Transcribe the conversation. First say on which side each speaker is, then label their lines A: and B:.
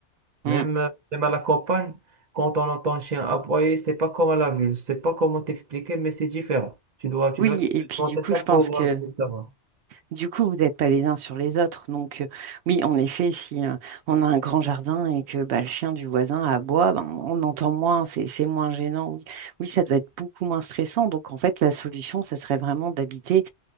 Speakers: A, on the right; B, on the right.
A: mm.
B: Même, euh, même à la campagne, quand on entend un chien aboyer, c'est pas comme à la ville. Je sais pas comment t'expliquer, mais c'est différent. Tu dois, tu
A: Oui,
B: dois expérimenter
A: et puis du coup,
B: ça
A: je
B: pour,
A: pense que
B: euh, pour savoir.
A: du coup, vous n'êtes pas les uns sur les autres. Donc, euh, oui, en effet, si euh, on a un grand jardin et que bah, le chien du voisin aboie, ben, on entend moins, c'est c'est moins gênant. Oui, oui, ça doit être beaucoup moins stressant. Donc, en fait, la solution, ça serait vraiment d'habiter